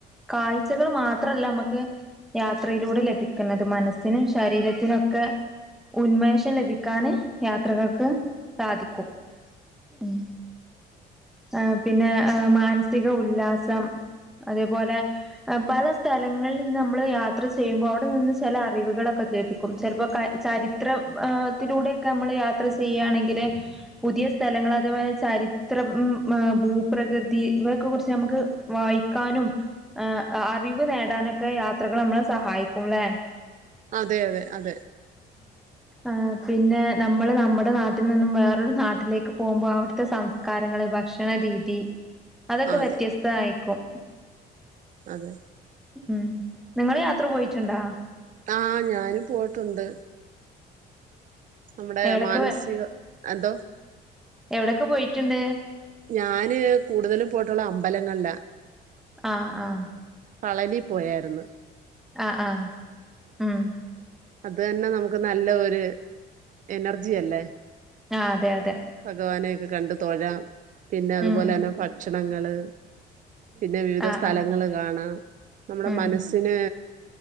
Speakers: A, in the centre; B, on the right.
A: കാഴ്ചകൾ മാത്രല്ല മ്മക്ക് യാത്രയിലൂടെ ലഭിക്ക്ന്നത്. മനസ്സിനും ശരീരത്തിനും ഒക്കെ ഉന്മേഷം ലഭിക്കാന് യാത്രകൾക്ക് സാധിക്കും. ഉം ആ പിന്നെ മാ സിക ഉല്ലാസം അതേപോലെ പല സ്ഥലങ്ങൾല് നിന്ന് നമ്മള് യാ യാത്ര ചെയ്യുമ്പോൾ അവിടെ നിന്ന് ചില അറിവുകളൊക്ക ലഭിക്കും ചിലപ്പോ ചരിത്രത്തിലൂടൊക്കെ നമ്മൾ യാത്ര ചെയ്യുകയാണെങ്കിൽ, പുതിയ സ്ഥലങ്ങൾ അതേപോലെ ചരിത്രം, ഭൂപ്രകൃതി ഇവരെക്കെ കുറിച്ച് നമുക്ക് വായിക്കാനും അറിവ് നേടാനൊക്കെ യാത്രകള് നമ്മളെ സഹായി ക്കൂല്ലേ
B: അതെ അതെ അതെ
A: ആഹ് പിന്നെ നമ്മള് നമ്മുടെ നാട്ടിൽ നിന്നും വേറൊരു നാട്ടിലേക്ക് പോകുമ്പോൾ അവിടുത്തെ സംസ്കാരങ്ങള് ഭക്ഷണരീതി. അതൊക്കെ
B: അതെ
A: വ്യത്യസ്ത ആയിക്കും
B: അതെ
A: ഉം നിങ്ങള് യാത്ര പോയിട്ടിണ്ടാ
B: ആഹ് ഞാനും പോയിട്ടുണ്ട് നമ്മുടെ
A: എവിടൊക്കെ
B: മാനസിക എന്തോ
A: എവിടെക്കെ പോയിട്ടിണ്ട്
B: ഞാന് കൂടുതലും പോയിട്ടുള്ള അമ്പലങ്ങളിലാ
A: ആഹ് ആഹ്
B: പളനി പോയാരുന്നു
A: ആഹ് ആഹ് ഉം
B: അത് തന്നെ നമുക്ക് നല്ല ഒരു എനർജി അല്ലേ
A: ആഹ് അതെ അ
B: ഭഗവാനെയെക്കെ കണ്ട് തൊഴാം പിന്നെ അത്പോലെന്നെ
A: ഉം
B: ഭക് ക്ഷണങ്ങള് പിന്നെ വിവിധ
A: ആഹ്
B: സ്ഥലങ്ങള്
A: ആഹ്
B: കാണാം നമ്മ്ടെ
A: ഉം
B: മനസ്സിന്